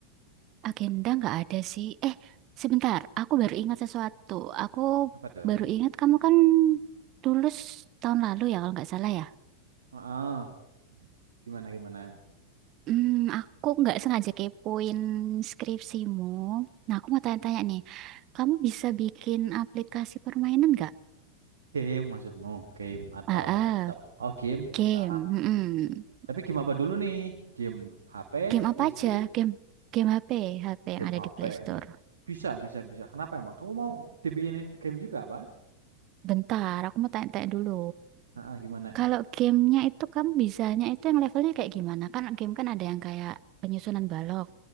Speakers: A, on the right; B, on the right.
A: Agenda nggak ada sih. Eh, sebentar. Aku baru ingat sesuatu. Aku
B: Apa tuh?
A: baru ingat kamu kan lulus tahun lalu ya, kalau nggak salah ya.
B: Heeh. Gimana gimana?
A: Hmm, aku nggak sengaja kepoin skripsimu. Nah, aku mau tanya-tanya nih. Kamu bisa bikin aplikasi permainan nggak?
B: Game maksudmu? Game atau
A: Ah, ah,
B: atau oh game
A: game.
B: bisa.
A: Mm-mm.
B: Tapi game apa dulu nih? Game HP,
A: Game apa
B: PC,
A: aja? Game game HP, HP
B: game
A: yang ada
B: HP.
A: di Play Store.
B: Bisa bisa bisa. Kenapa emang? Kamu mau dibikinin game juga apa?
A: Bentar, aku mau tanya-tanya dulu.
B: Heeh, gimana?
A: Kalau gamenya itu kamu bisanya itu yang levelnya kayak gimana? Kan game kan ada yang kayak penyusunan balok,